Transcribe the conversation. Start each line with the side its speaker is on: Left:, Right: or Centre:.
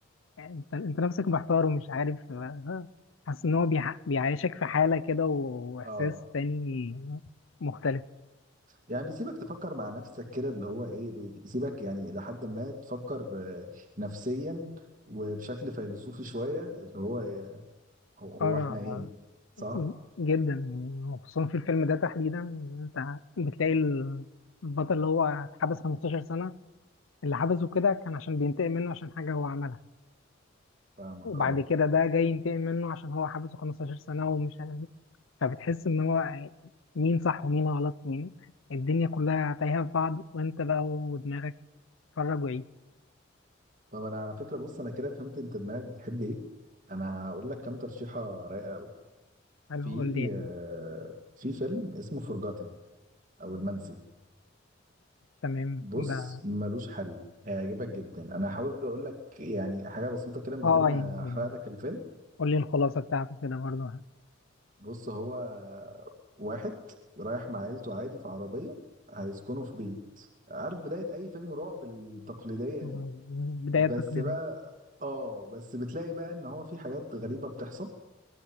Left: انت انت نفسك محتار ومش عارف آه، حاسس ان هو بيع- بيعيشك في حاله كده واحساس
Right: اه
Left: تاني مختلف
Right: يعني بيسيبك تفكر مع نفسك كده اللي هو ايه بي- بيسيبك يعني الى حد ما تفكر آه، نفسيا وبشكل فيلسوفي شويه اللي هو آه، هو هو
Left: اه
Right: احنا ايه صح
Left: جدا وخصوصا في الفيلم ده تحديدا انت بتلاقي البطل اللي هو اتحبس 15 سنه اللي حبسه كده كان عشان بينتقم منه عشان حاجة هو عملها
Right: فاهمك
Left: وبعد
Right: اه
Left: كده ده جاي ينتقم منه عشان هو حبسه 15 سنة ومش عارف إيه. فبتحس إن هو مين صح ومين غلط مين الدنيا كلها تايهة في بعض وأنت بقى ودماغك اتفرج وعيد
Right: طب انا على فكره بص انا كده فهمت انت دماغك بتحب ايه انا هقول لك كام ترشيحه رايقه قوي
Left: حلو
Right: في
Left: قول لي يعني
Right: آه، في فيلم اسمه فورجاتن او المنسي
Left: تمام
Right: بص
Left: ده
Right: ملوش حل هيعجبك جدا انا هحاول اقول لك يعني حاجه بسيطه كده من
Left: اه
Right: غير ما
Left: آه، يعني
Right: احرق لك الفيلم
Left: قول لي الخلاصة بتاعته كده برضه
Right: بص هو واحد رايح مع عيلته عادي في عربيه هيسكنوا في بيت عارف بدايه اي فيلم رعب التقليديه
Left: آه،
Right: دي
Left: بداية
Right: بس
Left: تقليدية
Right: بقى اه بس بتلاقي بقى ان هو في حاجات غريبه بتحصل